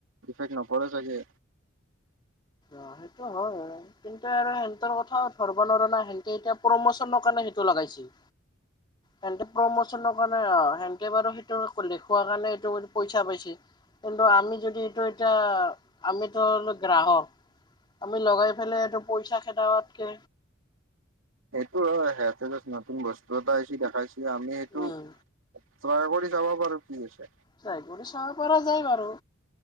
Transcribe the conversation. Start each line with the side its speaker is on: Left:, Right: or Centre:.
Right: ইফেক্ট নপৰে চাগে।
Left: অঁ সেইটো হয়, কিন্তু আৰু সিহতৰ কথাও ধৰব নোৱাৰোঁ না, সিহঁতি এতিয়া প্ৰমোচনৰ কাৰণে সেইটো লগাইছে। সিহঁতে প্ৰমোচনৰ কাৰণে অ সেনকে বাৰু সেইটো দেখোৱা কাৰণে এইটো পইচা পাইছে। কিন্তু আমি যদি এইটো এতিয়া আমিতো হলো গ্ৰাহক। আমি লগাই পেলাই এইটো পইচা খেদাৱাতকে
Right: সেইটো হয়, সিহঁতে জাষ্ট নতুন বস্তু এটা আহছি দেখাইছি আমি সেইটো
Left: উম
Right: ট্ৰাই কৰি চাবা পাৰো কি আছে।
Left: ট্ৰাই কৰি চাবা পাৰা যায় বাৰু।